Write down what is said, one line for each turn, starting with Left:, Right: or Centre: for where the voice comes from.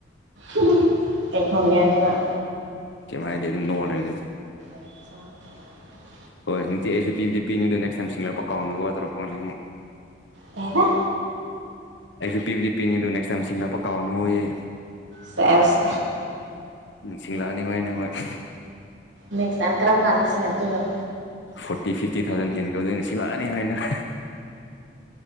Right: ꯎꯝ <unintelligible> ꯊꯣꯡꯗꯦ ꯑꯗꯨꯒ
Left: ꯀꯩꯝ ꯍꯥꯏꯗꯦ ꯑꯗꯨꯝ ꯅꯣꯛ ꯑ ꯂꯩꯏꯔꯗ
Right: ꯑ
Left: ꯍꯣꯏ ꯅꯨꯡꯇꯤ ꯑꯩꯁꯨ ꯄꯤꯕꯗꯤ ꯄꯤꯅꯤꯗꯣ ꯅꯦꯛꯁ ꯇꯥꯏꯝ ꯁꯤꯡꯂꯛꯄ ꯀꯥꯎꯅꯕ ꯈꯣꯠꯇꯔꯥꯣꯅ ꯑꯃꯨꯛ
Right: ꯀꯩꯕ
Left: ꯑꯩꯁꯨ ꯄꯤꯕꯨꯗꯤ ꯄꯤꯅꯤ ꯑꯗꯨ ꯅꯦꯛꯁ ꯇꯥꯏꯝ ꯁꯤꯡꯂꯛꯄ ꯀꯥꯎꯅꯨꯌꯦ
Right: ꯁꯦꯁ
Left: ꯅꯤꯡꯁꯤꯡꯂꯛꯑꯅꯤ ꯃꯥꯏ ꯅꯝꯛ
Right: ꯅꯦꯛꯁ ꯇꯥꯏꯝ ꯀꯔꯝ ꯀꯥꯟꯗ ꯁꯤꯅꯔꯛꯇꯣꯏꯅꯣ
Left: ꯐꯣꯔꯇꯤ ꯐꯤꯐꯇꯤ ꯊꯥꯎꯖꯟ ꯍꯦꯟ ꯇꯧꯗꯣꯏꯅ ꯁꯤꯂꯥꯛꯑꯅꯤ ꯍꯥꯏꯅ